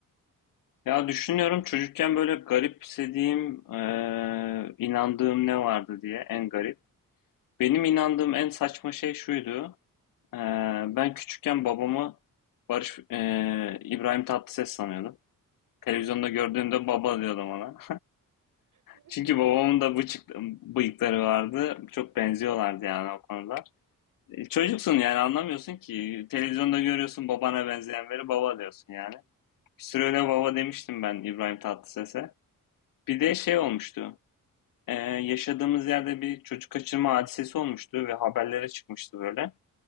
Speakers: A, on the left; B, on the right.
A: Ya düşünüyorum çocukken böyle garipsediğim, e, inandığım ne vardı diye en garip. Benim inandığım en saçma şey şuydu. E, ben küçükken babamı Barış e, İbrahim Tatlıses sanıyordum. Televizyonda
B: <laughs>
A: gördüğümde
B: Nasıl
A: baba diyordum ona.
B: nasıl
A: Çünkü
B: yani?
A: babamın da bıçık, bıyıkları vardı. Çok benziyorlardı yani o konuda. E, Çocuksun yani anlamıyorsun ki. Televizyonda görüyorsun babana benzeyen biri baba diyorsun yani. Bir süre öyle baba demiştim ben İbrahim Tatlıses'e. Bir de şey olmuştu. E, yaşadığımız yerde bir çocuk kaçırma hadisesi olmuştu ve haberlere çıkmıştı böyle.